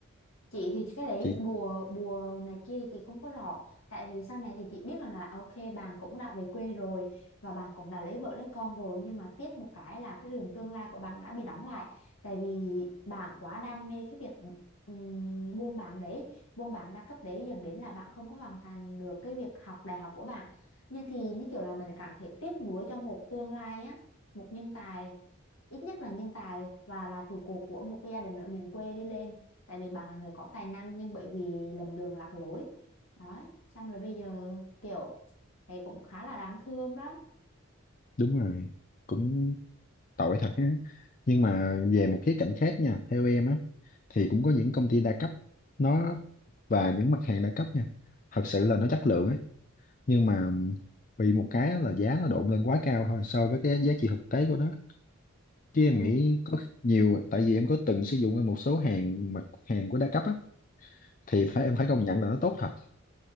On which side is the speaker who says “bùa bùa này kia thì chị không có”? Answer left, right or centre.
Left